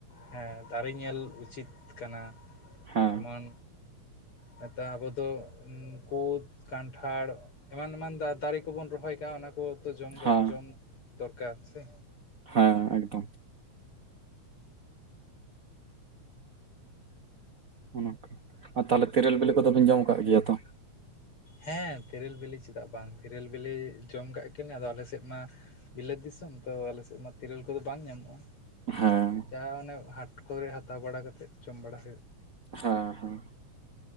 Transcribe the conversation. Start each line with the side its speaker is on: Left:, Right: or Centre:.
Left: ᱦᱮᱸ ᱫᱟᱨᱮ ᱧᱮᱞ ᱩᱪᱤᱛ ᱠᱟᱱᱟ
Right: ᱦᱮᱸ
Left: ᱡᱮᱢᱚᱱ ᱱᱮᱛᱟᱨ ᱟᱵᱚ ᱫᱚ ᱠᱩᱫ, ᱠᱟᱱᱴᱷᱟᱲ ᱮᱢᱟᱱ-ᱮᱢᱟᱱ ᱫᱟᱨᱮ ᱠᱚᱵᱩᱱ ᱨᱚᱦᱚᱭ ᱠᱟᱜᱼᱟ ᱚᱱᱟ ᱠᱚ ᱡᱚ-
Right: ᱦᱮᱸ
Left: ᱡᱚᱢ ᱫᱚᱨᱠᱟᱨ ᱥᱮ
Right: ᱦᱮᱸᱻᱦᱮᱸ ᱮᱠᱫᱚᱢ ᱚᱱᱚᱱᱠᱟ ᱟᱨ ᱛᱟᱦᱚᱞᱮ ᱛᱮᱨᱮᱞ ᱵᱤᱞᱤ ᱠᱚᱫᱚᱵᱤᱱ ᱡᱚᱢ ᱟᱠᱟᱫ ᱜᱮᱭᱟ ᱛᱚ
Left: ᱦᱮᱸ ᱛᱮᱨᱮᱞ ᱵᱤᱞᱤ ᱪᱮᱫᱟᱜ ᱵᱟᱝ ᱛᱮᱨᱮᱞ ᱵᱤᱞᱤ ᱡᱚᱢ ᱠᱟᱜ ᱜᱤᱭᱟᱞᱤᱧ ᱟᱫᱚ ᱟᱞᱮ ᱥᱮᱫ ᱢᱟ ᱵᱤᱞᱟᱹᱛ ᱫᱤᱥᱚᱢ ᱛᱚ ᱟᱞᱮᱥᱮᱫ ᱢᱟ ᱛᱤᱨᱟᱹᱞ ᱠᱚᱫᱚ ᱵᱟᱝ ᱧᱟᱢᱚᱜᱼᱟ᱾
Right: ᱦᱮᱸᱻ
Left: ᱡᱟᱦᱟᱸ ᱚᱱᱮ ᱦᱟᱴ ᱠᱚᱨᱮ ᱦᱟᱛᱟᱣ ᱵᱟᱲᱟ ᱠᱟᱛᱮᱫ ᱡᱚᱢ ᱵᱟᱲᱟ ᱦᱩᱭᱩᱜ
Right: ᱦᱮᱸᱻᱦᱮᱸ